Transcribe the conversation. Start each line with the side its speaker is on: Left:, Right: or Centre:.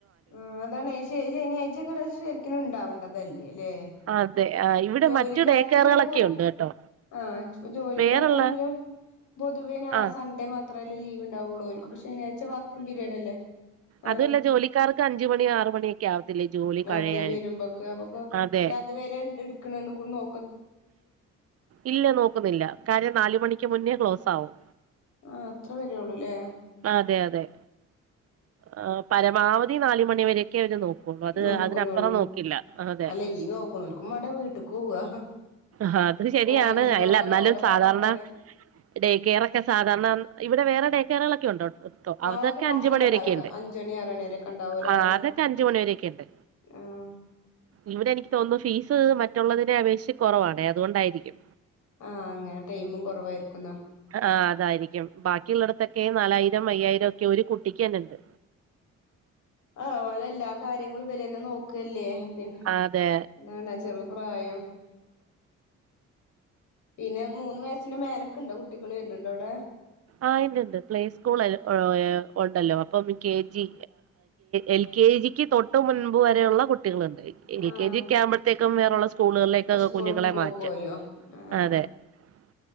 Left: ആ അതാണേ ഈ ശനിയാഴ്ചെക്കി വട ശരിക്കിനുണ്ടാവേണ്ടതല്ലേ..? ല്ലേ?
Right: അതെ ആ ഇവിടെ
Left: ജോലിക്കാർക്കും
Right: മറ്റു ഡേ കെയറുകളൊക്കെ
Left: തന്നെ
Right: ഉണ്ട് കേട്ടോ
Left: ആ ജോ- ജോലിക്കാർക്കാണെങ്കിലും,
Right: വേറുള്ള
Left: പൊതുവേ ഞാ
Right: ആ
Left: സൺഡേ മാത്രേല്ലേ ലീവ്ണ്ടാവൂള്ളൂ. ഓല്ക്കു പക്ഷേ- ശനിയാഴ്ച വർക്കിംഗ് പിരീഡ് അല്ലേ. ആഹ്
Right: അതു അല്ല ജോലിക്കാർക്ക് അഞ്ചുമണി, ആറ് മണീ, ക്കേ- ആവത്തില്ലേ ജോലി കഴയാനും.
Left: അതെ വരുമ്പോക്ക് അപ്പൊക്കെ
Right: അതേ!
Left: അത് വരെ എൺ എടുക്കണേണ്- ഗുൺനോ?
Right: ഇല്ല നോക്കുന്നില്ല, കാര്യം നാല്- മണിക്ക് മുന്നേ ക്ലോസ് ആവും.
Left: ആ... അത്ര വരേള്ളൂല്ലേ.
Right: അതെ അതെ ആ പരമാവധി നാല് മണിവരൊക്കെ അവര് നോക്കു. പ്പോ.. അത്
Left: നോക്കുന്നുള്ളൂ
Right: അതിനപ്പുറം നോക്കില്ല. അതെ!
Left: അല്ല ഈ നോക്കണോൽക്കും വേണ്ടേ വീട്ട്ക്ക് പോവാ
Right: ഹ.. അത് ശരിയാണ്
Left: ഓൽക്കാന്നാണ്
Right: അല്ല എന്നാലും
Left: ഓലെ പറഞ്ഞ
Right: സാധാരണ
Left: അതാണേ
Right: ഡേ. കെയർ ഒക്കെ, സാധാരണ. ഇവിടെ വേറെ ഡേക്കറുകളൊക്കെ- ഒണ്ടോട്ടോ അതൊക്കെ
Left: ആകെ രാത്രിയൊക്കെ
Right: അഞ്ചു- മണിരെ-
Left: ഉണ്ടാവേക്കാരം
Right: എണ്ട്
Left: അഞ്ചണി ആറണിവരെക്കെ ഉണ്ടാവോലോ
Right: ആ..
Left: കാരണം
Right: അതൊക്കെ അഞ്ച് മണി വരേക്കെ ഇണ്ട്.
Left: ആഹ്
Right: ഇവിടെ എനിക്ക് തോന്നുന്നു ഫീസ്, മറ്റുള്ളതിനെ അപേക്ഷിച്ച് കൊറവാണേ.. അതുകൊണ്ടായിരിക്കും.
Left: ആഹ അങ്ങനെ ടൈമും കുറവായിരിക്കുന്നാ.
Right: ആ അതായിരിക്കും. ബാക്കിയള്ളിടത്തൊക്കെ നാലായിരം, അയ്യായിരം ഒക്കെ ഒരു കുട്ടിക്ക് തന്നെ ഉണ്ട്.
Left: ആ.. ഓല എല്ലാ കാര്യങ്ങളും വിര- തന്നെ നോക്കല്ലേ. പിന്നെ..
Right: അതെ
Left: <unintelligible> പ്രായം. പിന്നെ മൂന്ന് വയസിന്റെ- മേലൊക്കുണ്ടോ? കുട്ടികൾ വരുന്നുണ്ടോ, അവിടെ?
Right: ആ.. ഇണ്ട് ഇണ്ട് പ്ലേ സ്കൂൾ- ഉണ്ടല്ലോ അപ്പം കെ. ജി. എ- കെ. ജി. ക്ക് തൊട്ട് മുൻമ്പ് വരെ ഉള്ള - കുട്ടികളുണ്ട് എൽ.
Left: ആഹ്
Right: കെ. ജിക്ക്- ആകുമ്പോഴത്തേക്കും വേറള്ള സ്കൂളുകളിലേക്കൊക്കെ-
Left: സ്കൂൾക്ക്
Right: കുഞ്ഞുങ്ങളെ
Left: പോകുവല്ലോ
Right: മാറ്റും.
Left: ആഹ്
Right: അതെ.. ! <unintelligible>